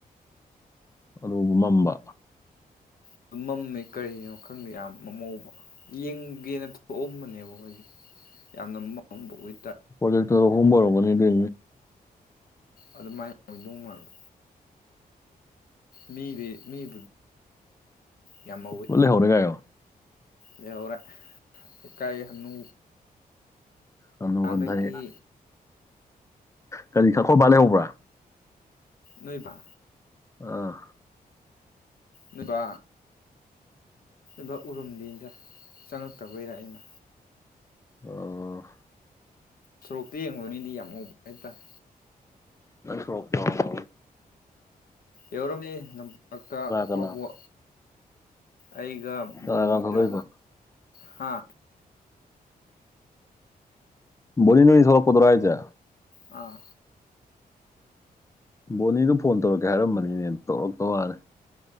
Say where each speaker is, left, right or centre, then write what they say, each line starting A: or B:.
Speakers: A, on the left; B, on the left.
A: ꯑꯗꯨꯕꯨ ꯃꯝꯕ
B: ꯑꯗꯨ ꯃꯝꯃꯦ ꯀꯔꯤꯅꯣ ꯈꯪꯗꯦ ꯌꯥꯝ ꯃꯃꯧꯕ ꯌꯦꯡꯒꯦꯅ ꯊꯣꯛꯑꯝꯕꯅꯦꯕ ꯑꯩꯈꯣꯏꯁꯦ ꯌꯥꯝꯅ ꯃꯝꯃꯝꯕ ꯑꯣꯏ
A: ꯄꯣꯖꯦ ꯀꯕꯔꯣꯒꯅꯤꯗ
B: ꯑꯗꯨꯃꯥꯏꯅ ꯑꯣꯏꯗꯧ ꯃꯥꯜꯂꯦ ꯃꯤꯦ ꯃꯤꯕꯨ ꯌꯥꯝ ꯉꯧꯋꯤ
A: ꯂꯣꯏ ꯂꯩꯍꯧꯔꯦ ꯀꯥꯏꯌꯣ
B: ꯂꯩꯍꯧꯔꯦ ꯂꯩꯀꯥꯏ ꯍꯥꯅꯨ
A: ꯍꯟꯅꯨ ꯍꯟꯊꯩ
B: ꯑꯗꯒꯤ
A: ꯀꯔꯤ ꯈꯈꯣꯏꯕ ꯂꯩꯦ ꯍꯧꯕ꯭ꯔꯥ
B: ꯅꯣꯏꯕ
A: ꯑꯥ
B: ꯅꯨꯄꯥ ꯚ ꯎꯔꯝꯗꯦꯗ ꯆꯪꯉꯛꯇꯕꯩꯔꯥ ꯑꯩꯅ
A: ꯑꯣ
B: ꯁꯣꯔꯣꯛꯇ ꯌꯦꯡꯉꯨꯕꯅꯤꯗꯤ ꯌꯥꯝ ꯎꯧꯕ ꯍꯥꯏꯇꯥꯔꯦ
A: ꯅꯪ ꯁꯣ ꯇꯕ
B: ꯌꯧꯔꯝꯃꯤ ꯂꯝꯄꯥꯛꯇ
A: ꯀꯅꯥ
B: ꯄꯥꯎꯕ ꯑꯩꯒ
A: ꯀꯅꯥ
B: ꯕꯣꯅꯤꯒ
A: ꯀꯅꯥ ꯊꯣꯛꯂꯛꯏꯕ
B: ꯍꯥ
A: ꯣ ꯅ ꯁꯂꯛꯄꯗꯔ ꯍꯥꯏꯖ
B: ꯑꯥ
A: ꯕꯣꯅꯤꯗꯨ ꯐꯣꯟ ꯇꯧꯔꯛꯀꯦ ꯍꯥꯏꯔꯝꯕꯅꯤꯅꯦ ꯇꯧꯔꯛꯇꯧ ꯃꯥꯅꯤ